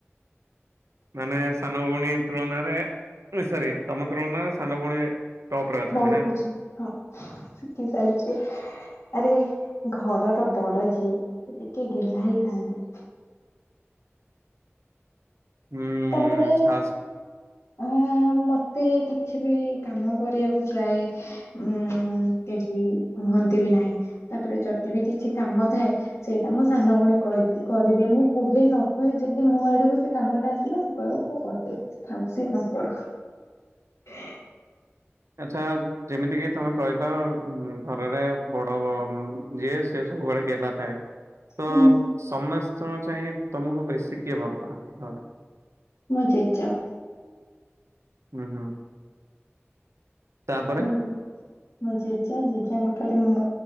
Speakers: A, on the right; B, on the left.
A: ମାନେ ସାନ ଭଉଣୀ ତୁଳନାରେ ହେ ସରି ତମ ତୁଳନାରେ ସାନ ଭଉଣୀ ଟପ୍ ରେ ଅଛନ୍ତି
B: ବହୁତ
A: ନା
B: କିଛି
A: କଣ?
B: ହଁ ଶିଖି ସାରି ଆରେ ଘରର ବଡ ଯିଏ, ସେ ଟିକେ ଗେହ୍ଲା ହେଇଥାନ୍ତି।
A: ହୁଁ
B: ତାପରେ
A: ଖାସ୍
B: ହ ମତେ କିଛି ବି କାମ କରିବାକୁ ପ୍ରାୟ ଉଁ କେହି କୁହନ୍ତି ବି ନାହିଁ, ତାପରେ ଯଦି ବିି କିଛି କାମ ଥାଏ ସେଇଟା ମୋ ସାନ ଭଉଣୀ କହି- କରିଦିଏ ମୁଁ କୁହେ ନ କୁହେ ଯଦି ମୋ ଆଡ଼କୁ ସେ କାମ ଟା ଆସି ଲା ସେ କହିବ ମୁଁ କରିଦେବି ଥାଉ ସିଏ ନ କରୁ
A: ଆଚ୍ଛା ଯେମିତି କିି ତମେ କହିଲ ଘରରେ ବଡ଼ ଯିଏ ସିଏ ସବୁବେଳେ ଗେଲା ଥାଏ। ତ
B: ହୁଁ
A: ସମସ୍ତଙ୍କ ଚାହି ତମକୁ ବେଶୀ କିଏ ଭଲ ପାଆନ୍ତି ଘରେ?
B: ମୋ ଜେଜ
A: ହୁଁ ହୁଁ। ତାପରେ
B: ମୋ ଜେଜ ଜେଜଙ୍କ ପରେ ମୋ